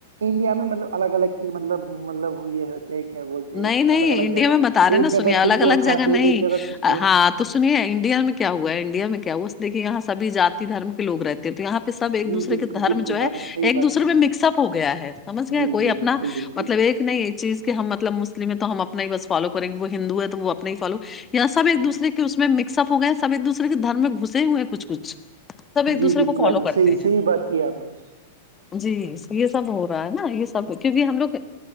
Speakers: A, on the right; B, on the left.
A: انڈیا میں مطلب الگ الگ کی مطلب مطلب یہ ہوتے کیا بولتے
B: نہیں
A: ہیں ان
B: نہیں
A: کو الگ الگ
B: انڈیا
A: جگہ
B: میں بتا رہے ہیں
A: ایک
B: نا سنیے
A: جگہ
B: الگ
A: کچھ
B: الگ
A: اور
B: جگہ
A: کھاتے
B: نہیں
A: ہیں ایک جگہ کچھ
B: آ،
A: اور
B: ہاں
A: کھاتے ہیں
B: تو انڈیا میں کیا ہوا انڈیا میں کیا ہوا دیکھے یہاں سبھی جاتتی دھرم کے لوگ رہتے ہیں تو یہاں پہ سب
A: ہیں
B: ایک
A: جی
B: دوسرے
A: بالکل
B: کے دھرم
A: بالکل
B: جو ہے
A: آپ نے صحیح
B: ایک
A: بات
B: دوسرے
A: فرمائی
B: میں مکس اپ ہو گیا ہے سمجھ گئے
A: جی
B: کوئی
A: جی
B: اپنا
A: بالکل بالکل
B: مطلب ایک نہیں یہ چیز کہ ہم مطلب مسلم ہے تو ہم اپنا ہی بس فالو کریں گے وہ ہندو ہے تو وہ اپنا ہی فالو یا سب ایک
A: ہاں
B: دوسرے کے اس میں مکس اپ ہو گئے ہیں سب ایک دوسرے کے دھرم میں گھسے ہوئے کچھ کچھ سب ایک
A: جی
B: دوسرے
A: بالکل
B: کو فالو
A: آپ نے
B: کرتے
A: صحیح
B: ہیں
A: صحیح بات کی ہے آپ نے
B: جی یہ سب ہو رہا ہے نا یہ سب کیونکہ ہم لوگ